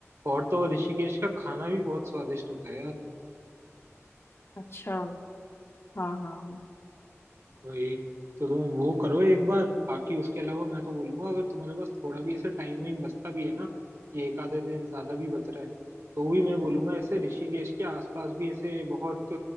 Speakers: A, on the right; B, on the left.
A: और तो और ऋषिकेश का खाना भी बहुत स्वादिष्ट होता है यार
B: अच्छा हाँ हाँ हाँ
A: वही तो तुम वो करो एक बार बाकी उसके अलावा मैं तो बोलूंगा अगर तुम्हारे पास थोड़ा भी ऐसे टाइम वाइम बचता भी है ना कि एक आधे दिन ज्यादा भी बच रहा है तो भी मैं बोलूंगा ऐसे ऋषिकेश के आसपास भी ऐसे बहुत